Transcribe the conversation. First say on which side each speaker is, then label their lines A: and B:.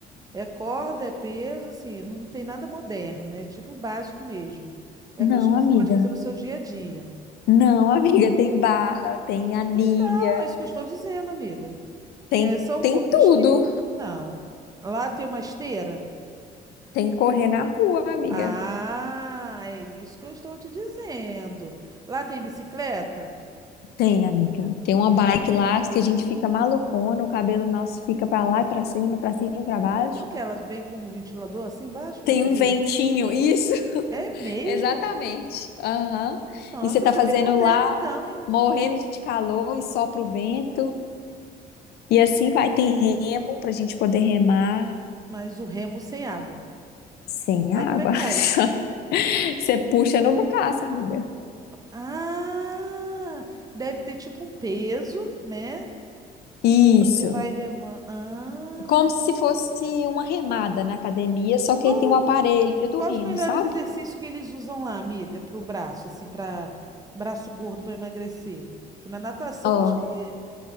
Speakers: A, on the right; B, on the left.
A: É corda, é peso, assim, não tem nada moderno, é tipo básico mesmo. É
B: Não,
A: coisa que você
B: amiga.
A: pode fazer no seu dia a dia.
B: Não, <laughs> amiga, tem barra, tem anilha,
A: Então, é isso que eu estou dizendo, amiga.
B: tem
A: É, são
B: tem
A: coisas
B: tudo.
A: que não. não. Lá tem uma esteira?
B: Tem que correr na rua, amiga.
A: Ah, é isso que eu estou te dizendo. Lá tem bicicleta?
B: Tem, amiga. Tem uma
A: Tem.
B: bike lá que a gente fica malucona, o cabelo nosso fica pra lá e pra cima, pra cima e pra
A: É
B: baixo.
A: mesmo? Porque elas vêm com um ventilador assim embaixo para
B: Tem
A: poder.
B: um ventinho, isso, <laughs>
A: É mesmo?
B: exatamente. Aham.
A: Nossa,
B: E você tá
A: isso
B: fazendo
A: é bem moderno
B: lá,
A: então, hein?
B: morrendo de calor e sopra o vento. E assim vai. Tem remo pra gente poder remar
A: Mas o remo sem água.
B: sem
A: Aí
B: água.
A: como é que faz?
B: <laughs> Você puxa no braço, amiga.
A: Ah, deve ter tipo um peso, né?
B: Isso.
A: Você vai remando. Ah,
B: Como se fosse uma remada na academia, só que
A: qual,
B: aí tem um aparelho do
A: qual
B: remo,
A: os melhores
B: sabe?
A: exercícios que eles usam lá, amiga, para o braço, assim, para braço gordo para emagrecer? Que na natação
B: Ó,
A: acho que